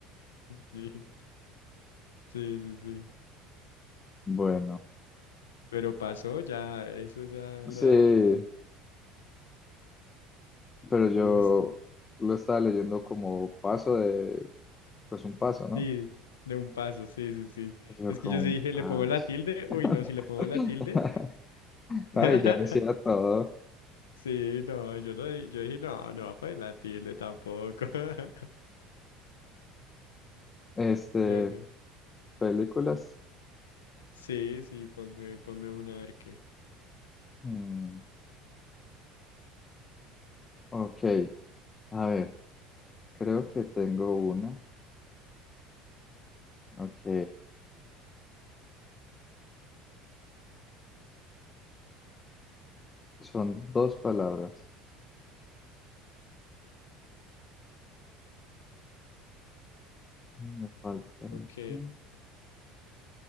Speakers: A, on the left (about 80°); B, on the left (about 25°).
A: Sí, sí, sí, sí.
B: Bueno,
A: Pero pasó ya, eso ya lo
B: sí,
A: daba todo.
B: pero yo
A: Listo.
B: lo estaba leyendo como paso de, pues un paso, ¿no?
A: Sí, de un paso, sí, sí, sí.
B: Yo
A: Es
B: como
A: que yo sí
B: un
A: dije,
B: paso.
A: ¿le pongo la tilde? Uy, no, si le pongo
B: <laughs>
A: la tilde. <laughs>
B: Ay, ya decía todo.
A: Sí, no, yo no, di- yo dije, no, no va a poner la tilde tampoco. <laughs>
B: Este.
A: Yo no.
B: Películas.
A: Sí, sí, ponme, ponme una a ver qué.
B: Mm, ok, a ver, creo que tengo una. Ok, son dos palabras. Me faltan
A: Ok,
B: aquí.